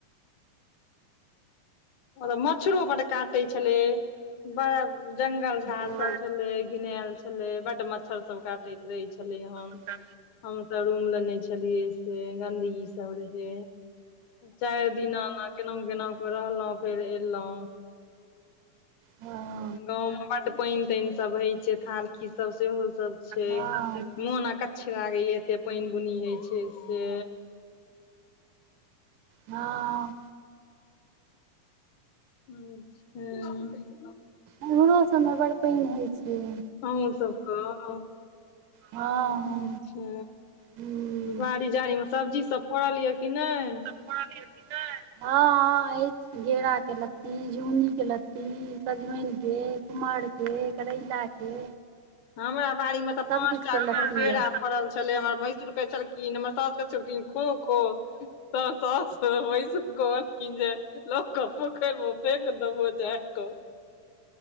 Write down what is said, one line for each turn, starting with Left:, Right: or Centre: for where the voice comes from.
Left: और मछरौ बड काटै छलै। बड़ा जंगल-झाड़
Right: हूँ
Left: सब छलै घिनाल छलै बड मच्छर सब काटेे रहै छलै हम।
Right: साथि में।
Left: हम त रूम लेने छलियै से गन्दगी सब रहे चार दिना मा केना-केना के रहलौं फेर एलौं।
Right: हाँ।
Left: गाँंव में बड पाइन-ताइन सब होई छैय थाल-किच सब सेहो सब छैय।
Right: हँ
Left: मुन अकच्छ लागे या एते पाइन-बुनी होइ छैय से।
Right: हाँ।
Left: हूँ-छैई।
Right: इमरो सबमे बड पाइन होय छैय।
Left: अहु सबक
Right: हँ हँ
Left: अच्छा।
Right: हूँ
Left: बाड़ी-झड़ी मे सब्जी सब फड़ल या कि नेय।
Right: पानी र पितात। हांँ-हांँ ऐछ घेराके लत्ती, झुनीके लत्ती, सजमेनके कुमहरके, कड़ैलाा के
Left: हमरा बाड़ीमे तऽ
Right: सभकिछुके
Left: पांच टा घौर
Right: लत्ती
Left: केरा
Right: यए
Left: फड़ल छले हमर भैंसूर कहे छलखिन, हमर साॅस कहे छलखिन खो। खो तऽ साॅस, भेसुर कहलखिन जे ‌-- लोक कहबो करें फेंक दबौ जा क।